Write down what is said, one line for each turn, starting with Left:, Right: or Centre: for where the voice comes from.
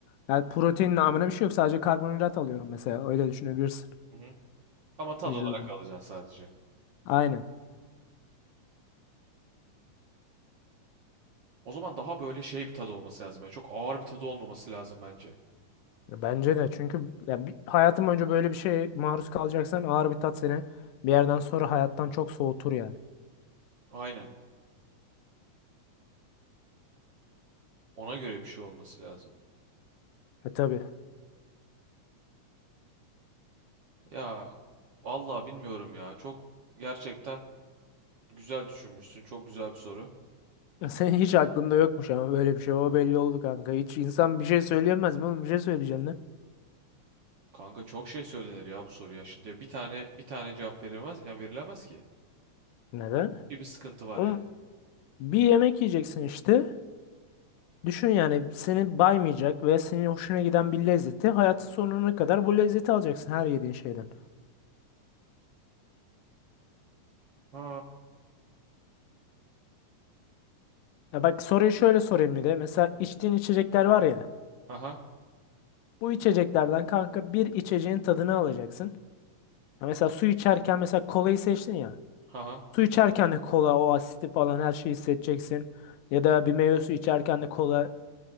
Left: yani protein namına bir şey yok. Sadece karbonhidrat alıyorum mesela. Öyle düşünebilirsin
Right: Hı hı. Ama tad
Left: vücudumda.
Right: olarak alacaksın sadece.
Left: Aynen.
Right: O zaman daha böyle şey bir tadı olması lazım. ya çok ağır bir tadı olmaması lazım bence.
Left: Ya Bence de çünkü yani bir, hayatım boyunca böyle bir şeye maruz kalacaksan ağır bir tat seni bir yerden sonra hayattan çok soğutur yani.
Right: Aynen. Ona göre bir şey olması lazım.
Left: E tabii. <laughs>
Right: Ya vallahi bilmiyorum ya. Çok gerçekten güzel düşünmüşsün. Çok güzel bir soru.
Left: Ya Senin hiç aklında yokmuş ama böyle bir şey. O belli oldu kanka. Hiç insan bir şey söyleyemez mi oğlum? Bir şey söyleyeceksin lan.
Right: Kanka çok şey söylenir ya bu soruya. Şimdi bir tane bir tane cevap verilmez, yani verilemez ki.
Left: Neden?
Right: Bir, bir sıkıntı var
Left: Oğlum
Right: yani.
Left: bir yemek yiyeceksin işte. Düşün yani seni baymayacak ve senin hoşuna giden bir lezzeti hayatın sonuna kadar bu lezzeti alacaksın her yediğin şeyden.
Right: Ha.
Left: Ya bak soruyu şöyle sorayım bir de. Mesela içtiğin içecekler var ya.
Right: Haha.
Left: Bu içeceklerden kanka bir içeceğin tadını alacaksın. Ya mesela su içerken mesela kolayı seçtin ya.
Right: Haha.
Left: Su içerken de kola o asiti falan her şeyi hissedeceksin. Ya da bir meyve suyu içerken de kola